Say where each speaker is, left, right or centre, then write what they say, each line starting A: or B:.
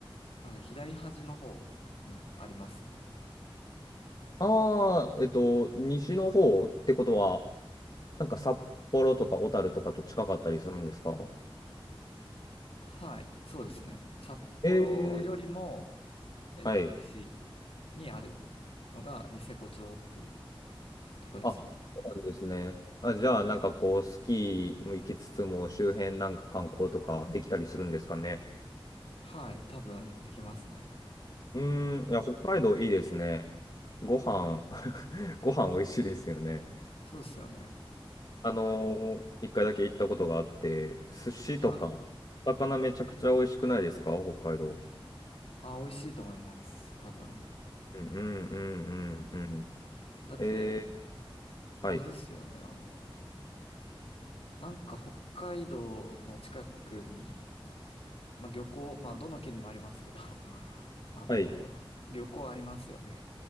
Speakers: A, on the left; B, on the left.
A: なんか左端の方にありますね。
B: ああ、えっと、西の方ってことは、なんか札幌とか小樽とかと近かったりするんですか
A: はい、そうですね。札幌よりも、
B: ええ
A: えー西
B: はい。
A: にあるのがニセコ町っていうとこですね。
B: あ、そうなんですね。あ、じゃあ、なんかこう、スキーも行きつつも、周辺なんか観光とかできたりするんですかね。
A: はい、多分できますね。
B: うーん、いや、北海道いいですね。ご飯、<laughs> ご飯美味しいですよね。
A: そうですよね。
B: あのー一回だけ行ったことがあって、寿司とか、
A: はい。
B: 魚めちゃくちゃ美味しくないですか北海道。
A: あ、美味しいと思います。多分。
B: うんうんうんうんうん。
A: だって、
B: えー、はい。
A: あれですよね。あの、なんか北海道の近くにまあ、漁港、まあ、どの県にもありますけど、<laughs> あの、
B: はい。
A: 漁港ありますよね。